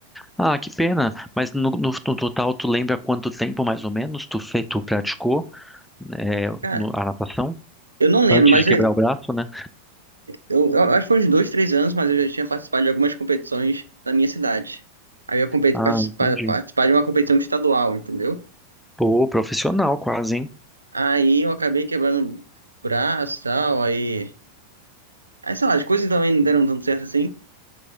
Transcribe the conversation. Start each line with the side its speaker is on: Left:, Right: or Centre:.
Centre: Ah, que pena. Mas no, no- no total, tu lembra quanto tempo mais ou menos tu, fe, tu praticou é,
Right: Cara,
Centre: no- a natação?
Right: eu não lembro,
Centre: Antes
Right: mas
Centre: de quebrar
Right: eu,
Centre: o braço, né?
Right: eu, eu acho que foi uns dois, três anos, mas eu já tinha participado de algumas competições na minha cidade. Aí eu competi-
Centre: Ah,
Right: participa-
Centre: entendi.
Right: participar de uma competição estadual, entendeu?
Centre: Pô, profissional quase, hein?
Right: Aí eu acabei quebrando braço e tal, aí... Aí, sei lá, as coisas também não deram tanto certo assim.